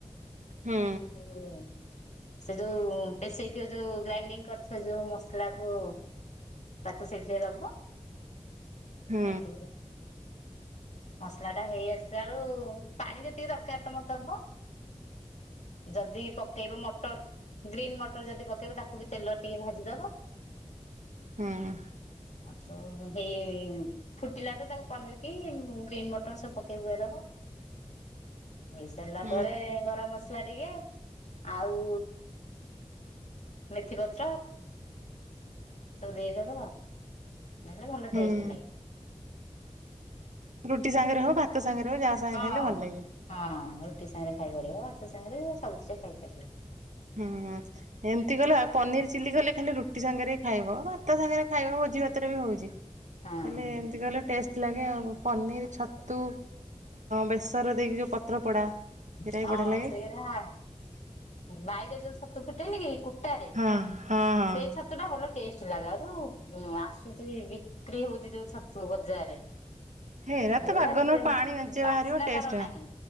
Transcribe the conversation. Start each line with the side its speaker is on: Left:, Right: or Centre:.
Right: ହୁଁ
Left: ଆ <unintelligible> ସେ ଯୋଉ ପେଷେଇଥିବ, ଯୋଉ ଗ୍ରାଇଣ୍ଡିଙ୍ଗ କରିଥିବ, ଯୋଉ ମସଲା କ ତାକୁ ସେଥିରେ ଦବ,
Right: ହୁଁ
Left: ହେଠୁ ମସଲା ଟା ହେଇ ଆସିଲା ବେଳୁ, ପାଣି ଯେତିକି ଦରକାର ତମର ତମ ଯଦି ପକେଇବ ମଟର ଗ୍ରୀନ୍ ମଟର ଯଦି ପକେଇବେ, ତାକୁ ବି ତେଲ ଟିକେ ଭାଜିଦବ
Right: ହୁଁ
Left: । ହେଇ ଫୁଟିଲାଠୁ, ତାକୁ ପନିର କି ଗ୍ରୀନ୍ ମଟର ସବୁ ପକେଇପୁକା ଦବ । ହେଇସାରିଲା
Right: ହୁଁ
Left: ପରେ, ଗରମ ମସଲା ଟିକେ ଆଉ ମେଥିପତ୍ର ଦେଇଦବ, ନ <unintelligible> ଭଲ
Right: ହୁଁ
Left: ଟେଷ୍ଟ ଲାଗିବ।
Right: ରୁଟି ସାଙ୍ଗରେ ହଉ, ଭାତ ସାଙ୍ଗରେ ହଉ ଯାହା ସାଙ୍ଗେ
Left: ହଁ,
Right: ଖାଇଲେ ଭଲ ଲାଗିବ।
Left: ହଁ, ରୁଟି ସାଙ୍ଗରେ ଖାଇପାରିବ, ଭାତ ସାଙ୍ଗରେ ସବୁଛି ଖାଇପାରିବ ।
Right: ହୁଁ, ଏମତି ଗଲା ପନିର ଚିଲି କଲେ ଖାଲି ରୁଟି ସାଙ୍ଗରେ ଖାଇବ, ଭାତ ସାଙ୍ଗରେ ଖାଇବ ଭୋଜି ଭାତରେ ବି ହଉଛି ।
Left: ହଁ।
Right: ହେଲେ, ଏମିତି କଲେ ଟେଷ୍ଟ ଥିଲାଗେ ଆଉ, ପନିର, ଛତୁ ବେସର ଦେଇକି ଯୋଉ ପତ୍ର ପୋଡ଼ା ସେରା
Left: ହଁ
Right: ବି ବଢ଼ିଆ ଲାଗେ।
Left: ସେଇରାା ବାଇରେ ଯୋଉ ଛତୁ ଫୁଟେନି କି?
Right: ହଁ ହଁ ହଁ
Left: ସେଇ ଛତୁ ଟା ଭଲ । ଲାଗାଉ, ଯୋଉ ଆସୁଛି ବିକ୍ରି ହଉଛି ଯୋଉ ଛତୁ ବଜାରରେ
Right: ହେରା ତ
Left: ଏଉଡା
Right: ବାଗନରୁ
Left: ସେ
Right: ପାଣି ମେଞ୍ଚେ
Left: ବାସ୍ନା
Right: ବାହାରିବ ଟେଷ୍ଟ
Left: ତାର ନାହିଁ,